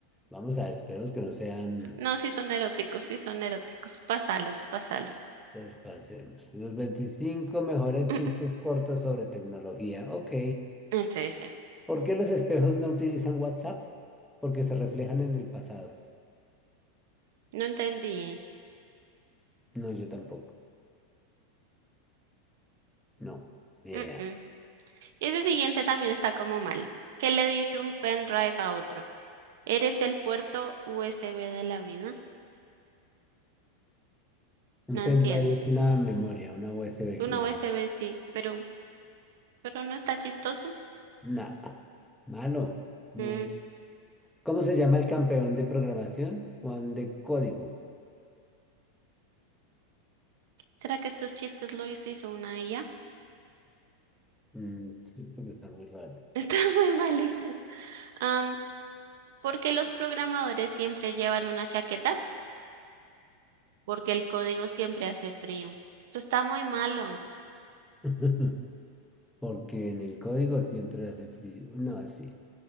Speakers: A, in the centre; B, on the right.
A: Vamos a ver, esperemos que no sean...
B: No, sí son eróticos, sí son eróticos. Pásalos, pásalos.
A: Pues pasemos. Los 25 mejores
B: <laughs>
A: chistes cortos sobre tecnología. Ok.
B: Mm, mm. Ese, ese.
A: ¿Por qué los espejos no utilizan WhatsApp? Porque se reflejan en el pasado.
B: No entendí.
A: No, yo tampoco. No. Ni
B: Mm,
A: idea.
B: mm. Ese siguiente también está como malo. ¿Qué le dice un pendrive a otro? ¿Eres el puerto USB de la vida?
A: Un
B: No
A: pendrive
B: entiendo.
A: es una memoria, una USB
B: Una
A: que llamamos.
B: USB sí, pero, pero no está chistoso.
A: Nah. Malo. Muy.
B: Mm,
A: ¿Cómo se llama el campeón de programación? Juan de código.
B: ¿Será que estos chistes los hizo una ella?
A: Mm, sí, porque está muy raro.
B: <laughs> Están muy malitos. Am, ¿por qué los programadores siempre llevan una chaqueta? Porque el código siempre hace frío. Esto está muy malo.
A: <laughs> Porque en el código siempre hace frío. No, así.